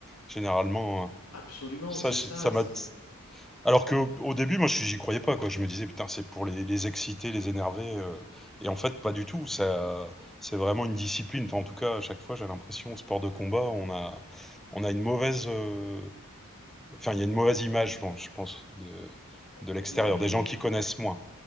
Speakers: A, in the centre; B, on the left (about 85°).
A: Généralement.
B: Absolument,
A: Ça,
B: c'est
A: je-
B: ça.
A: ça m'a.
B: C'est.
A: Alors que au au début, moi, je- j'y croyais pas, quoi. Je me disais, putain, c'est pour les, les exciter, les énerver. euh. Et en fait, pas du tout. Ça, c'est vraiment une discipline. Enfin, en tout cas, à chaque fois, j'ai l'impression, au sport de combat, on a, on a une mauvaise. euh, Enfin, il y a une mauvaise image, je pense, je pense, de,
B: Oh,
A: de l'extérieur,
B: Ouais,
A: des gens qui connaissent moins.